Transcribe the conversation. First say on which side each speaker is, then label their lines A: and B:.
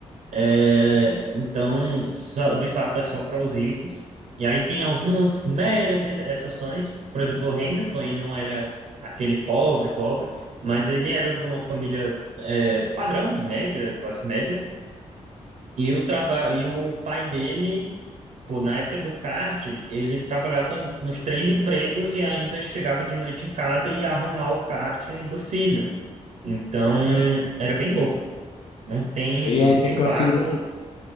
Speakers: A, on the right; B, on the left.
A: É, então, só- de fato, é só para os ricos. E aí tem algumas meras ex- exceções. Por exemplo, o Hamilton, ele não era aquele pobre, pobre, mas ele era de uma família, é, padrão, média, classe média. E o trabalho, e o pai dele Pô, na época do kart, ele trabalhava em- nos três empregos e ainda chegava de noite em casa e ia arrumar o kart do filho. Então, era bem louco. Não tem,
B: E
A: ele
B: ainda
A: de fato
B: conseguiu.